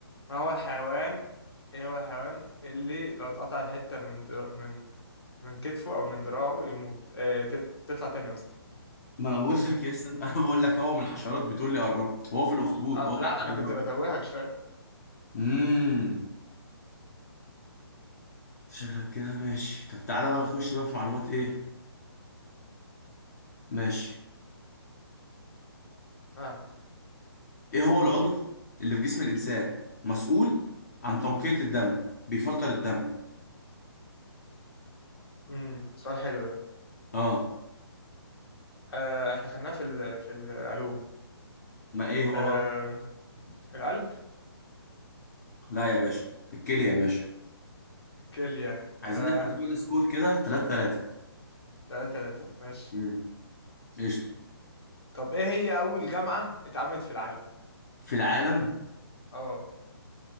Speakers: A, on the left; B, on the left.
A: ما هو الحيوان ايه هو الحيوان اللي لو اتقطع حته من در... من من كتفه او من دراعه يموت اه ت... تطلع تاني قصدي
B: ما انا بقول لك يا اسطى انا بقول لك هو من الحشرات بتقول لي قربت هو في الاخطبوط
A: اه
B: هو تحت
A: لا
B: في
A: انا
B: الميه
A: كنت بتوهك شويه
B: امم شكلك كده ماشي طب تعالى بقى نخش بقى في معلومات ايه ماشي
A: اه
B: ايه هو العضو اللي في جسم الانسان مسؤول عن تنقية الدم بيفلتر الدم
A: امم سؤال حلو ده
B: اه
A: آه احنا خدناه في ال... في العلوم
B: ما ايه هو
A: آه
B: بقى
A: القلب
B: لا يا باشا الكلية يا باشا
A: الكليه
B: عايزين
A: آه
B: نحفظ بقى السكور كده 3 3
A: تلاتة تلاتة ماشي
B: امم قشطة
A: طب ايه هي أول جامعة اتعملت في العالم؟
B: في العالم
A: اه